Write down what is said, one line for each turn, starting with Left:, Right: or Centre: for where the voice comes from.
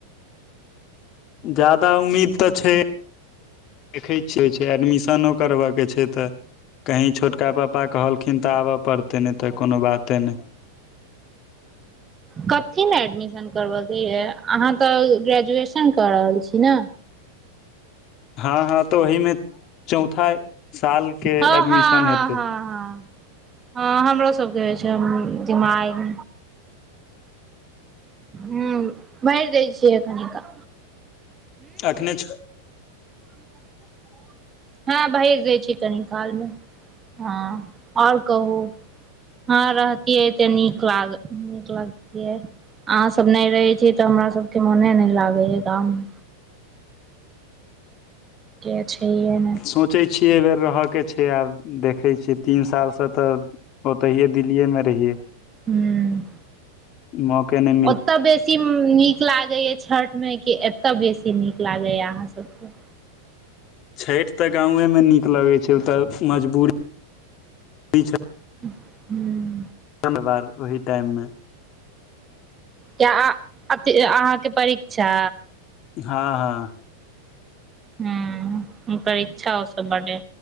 Left: जदा उम्मीद तऽ छै देखै छियै छै एडमिशनो करबयके छै तऽ कहीँ छोटका पप्पा कहलखिन तऽ आबऽ पड़तै नय तऽ कोनो बाते नय
Right: कथी मे एडमिशन करब के यऽ अहाँ तऽ ग्रेजुएशन कऽ रहल छी ने
Left: हँ हँ तऽ ओहि मे चौथा साल के
Right: हँ
Left: एडमिशन
Right: हँ हँ
Left: हेतै
Right: हँ हँ हँ हमरो सबके हो छै दिमाग हूं बाइज दै छियै कनिका
Left: अखने छ
Right: <inaudible> हँ भेज दय छी कनि काल मे हँ आओर कहू हँ रहतियए तऽ नीक लाग नीक लागतियै अहाँ सब नय रहै छी तऽ हमरा सबके मोने नय लागे य गांव मे कियो छै हे नय
Left: सोचै छियै एहि बेेर रहऽ के छै आब देखै छियै तीन सालसँ तऽ ओतहिये दिल्लीेये मे रहिये
Right: हूँ
Left: मौके नय
Right: ओत बेसी नी नीक लागैय छठ मे कि एत बेसी नीक लागैय अहाँ सबके
Left: छैठ तऽ गांवे में नीक लगे छै उतऽ मजबूरी छै
Right: <inaudible>
Left: <unintelligible> बार ओहि टाइम मे
Right: किया अहा अथि अहाँके परीक्षा
Left: हँ हँ
Right: ह ओकर इच्छा हो सब बढ़े